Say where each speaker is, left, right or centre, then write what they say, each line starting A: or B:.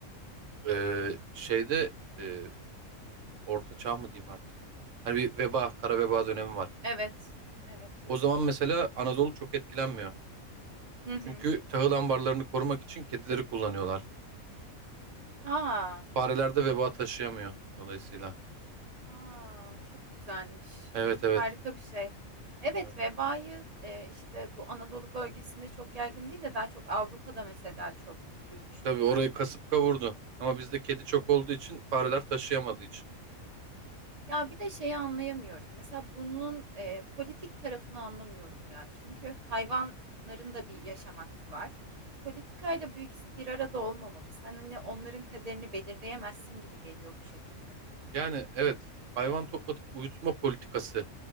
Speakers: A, on the right; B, on the right.
A: E, şeyde e, orta çağ mı diyeyim artık. Hani bir veba, kara veba dönemi var.
B: Evet. Evet.
A: O zaman mesela Anadolu çok etkilenmiyor.
B: Hı hı.
A: Çünkü tahıl ambarlarını korumak için kedileri kullanıyorlar.
B: Aa.
A: Fareler de veba taşıyamıyor dolayısıyla.
B: Aa, çok güzelmiş.
A: Evet evet.
B: Harika bir şey. Evet,
A: Evet.
B: vebayı e, işte bu Anadolu bölgesinde çok yaygın değil de daha çok Avrupa'da mesela çok duymuştum
A: Tabii orayı
B: ben
A: kasıp
B: de.
A: kavurdu. Ama bizde kedi çok olduğu için fareler taşıyamadığı için.
B: Ya bir de şeyi anlayamıyorum. Mesela bunun e, politik tarafını anlamıyorum ya. Çünkü hayvanların da bir yaşam hakkı var. Politikayla bu ikisi bir arada olmamalı. Sen hani onların kaderini belirleyemezsin gibi geliyor bu şekilde.
A: Yani evet hayvan toplatıp uyutma politikası